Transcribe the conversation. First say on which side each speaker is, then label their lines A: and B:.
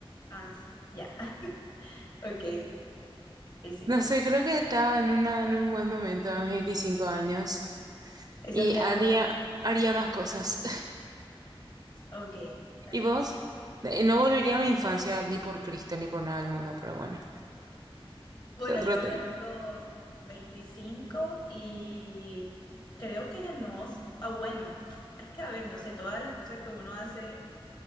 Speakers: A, on the left; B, on the right.
A: Ah, sí, ya. <laughs> Ok, y sí,
B: No sé, creo que estaba en una, en un buen momento a mis 25 años
A: esa
B: y
A: es mi
B: haría,
A: edad ahora.
B: haría más cosas.
A: Ok, ok.
B: ¿Y vos? Eh, No volvería a mi infancia ni por Cristo ni por nada del mundo, pero bueno,
A: Bueno,
B: es otro
A: yo ahora
B: tema.
A: tengo 25 y creo que no, s- ah, bueno, es que a ver, no sé, todas las cosas que uno hace